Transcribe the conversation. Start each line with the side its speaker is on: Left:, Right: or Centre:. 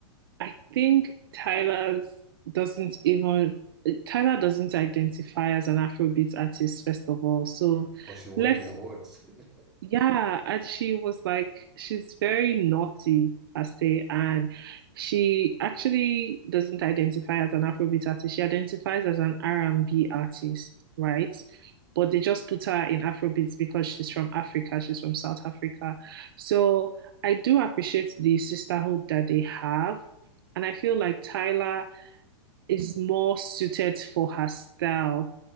Right: I think Tyler's doesn't even Tyler doesn't identify as an Afrobeat artist, first of all. So
Centre: But she won
Right: let's
Centre: the awards. <laughs>
Right: yeah, and she was like, she's very naughty, I say, and she actually doesn't identify as an Afrobeat artist. She identifies as an R&B artist, right? But they just put her in Afrobeats because she's from Africa, she's from South Africa. So I do appreciate the sisterhood that they have. And I feel like Tyler is more suited for her style